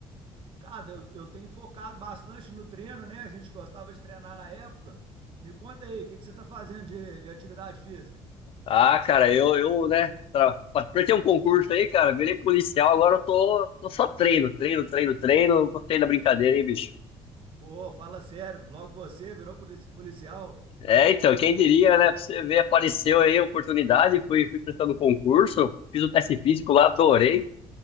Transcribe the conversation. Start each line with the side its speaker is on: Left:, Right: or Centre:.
Right: Cara, eu, eu tenho focado bastante no treino, né? A gente gostava de treinar na época. Me conta aí, o que, que você tá fazendo de, de atividade física?
Left: Ah, cara, eu, eu, né? Pra, pra ter um concurso aí, cara, virei policial, agora eu tô, tô só treino, treino, treino, treino. Gostei da brincadeira, hein, bicho?
Right: Pô, fala sério, logo você virou polici- policial.
Left: É, então, quem diria, né? Pra você ver, apareceu aí a oportunidade, fui, fui prestando concurso, fiz o teste físico lá, adorei.